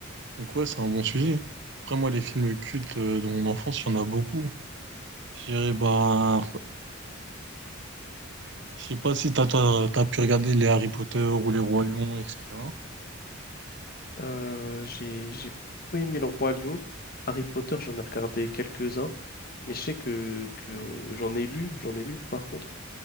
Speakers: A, on the right; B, on the left.
A: Donc ouais, c'est un bon sujet. Après, moi, les films cultes euh, de mon enfance, il y en a beaucoup. Je dirais, bah, je sais pas si t'as, t'as, t'as pu regarder les Harry Potter ou les Rois Lions, etc.
B: Euh, j'ai j'ai beaucoup aimé Le Roi Lion. Harry Potter, j'en ai regardé quelques-uns, mais je sais que, que euh, j'en ai lu, j'en ai lu par contre.